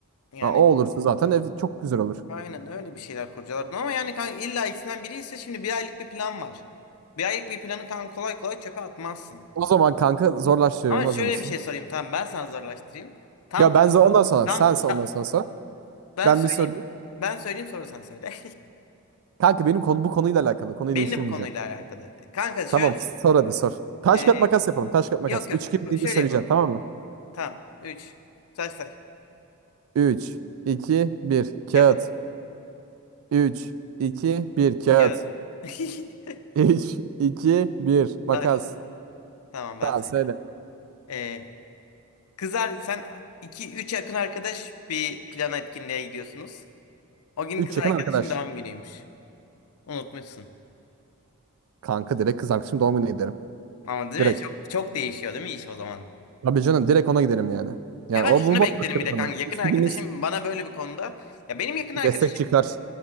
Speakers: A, on the left (about 80°); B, on the right (about 65°).
A: Yani
B: Ha, o olursa zaten ev çok güzel olur.
A: aynen öyle bir şeyler kurcalardım ama yani kanka illa ikisinden biri ise şimdi bir aylık bir plan var. Bir aylık bir planı kanka kolay kolay çöpe atmazsın.
B: O zaman kanka zorlaştırıyorum
A: Ama
B: hazır
A: şöyle
B: mısın?
A: bir şey sorayım tamam ben sana zorlaştırayım. Tam
B: Ya
A: tersi
B: ben za- ondan
A: oldu.
B: sonra
A: Tam
B: sen sen
A: ta-
B: ondan sonra sor.
A: ben
B: Ben
A: söyleyeyim.
B: bir sorayım.
A: Ben söyleyeyim sonra sen söyle.
B: Kanka benim konu bu konuyla alakalı.
A: <laughs>
B: Konuyu
A: Benim
B: değiştirmeyeceğim.
A: de bu konuyla alakalı. Kanka şöyle
B: Tamam
A: düşün.
B: sor hadi sor. Taş
A: Ee,
B: kat makas yapalım. Taş kat makas.
A: yok yok.
B: Üç 2 deyince
A: Şöyle
B: söyleyeceğim
A: yapalım.
B: tamam mı?
A: Tamam. Üç. Say say.
B: Üç, iki, bir. Kağıt.
A: Kağıt.
B: Üç, iki, bir. Kağıt.
A: Kağıt. <laughs>
B: Üç, iki, bir. Makas.
A: Taş. Tamam ben
B: Tamam
A: söylüyorum.
B: söyle.
A: Ee, kızar sen iki üç yakın arkadaş bir plana etkinliğe gidiyorsunuz. O gün
B: Üç
A: kız arkadaşın
B: yakın arkadaş.
A: doğum günüymüş. Unutmuşsun.
B: Kanka direkt kız arkadaşım doğum gününe giderim.
A: Ama değil
B: Direkt.
A: mi? Çok, çok değişiyor değil mi iş o zaman?
B: Tabii canım direkt ona giderim yani. Yani
A: Hemen
B: o
A: şunu
B: bu bambaşka
A: beklerim bir de
B: bir konu.
A: kanka. Yakın
B: İstediğimiz
A: arkadaşım bana böyle bir konuda. Ya benim yakın arkadaşım
B: destek çıkar.